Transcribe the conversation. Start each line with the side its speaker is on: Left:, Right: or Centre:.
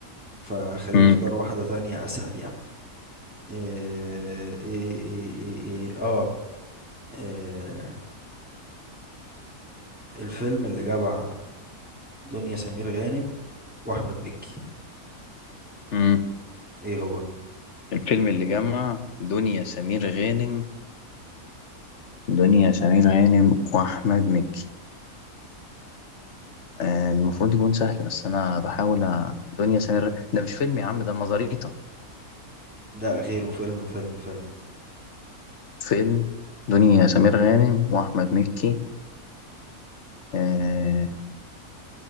Centre: فخليني
Left: امم
Centre: اختار واحدة تانية اسهل يعني آه، ايه ايه ايه ايه, إيه اه إيه الفيلم اللي جمع دنيا سمير غانم واحمد مكي
Left: امم
Centre: ايه هو
Left: الفيلم اللي جمع دنيا سمير غانم دنيا سمير غانم واحمد مكي آه المفروض يكون سهل بس انا بحاول أ... دنيا سمير غ- ده مش فيلم يا عم ده المزاريطة
Centre: لا غيره فيلم فيلم فيلم
Left: فيلم دنيا سمير غانم واحمد مكي آه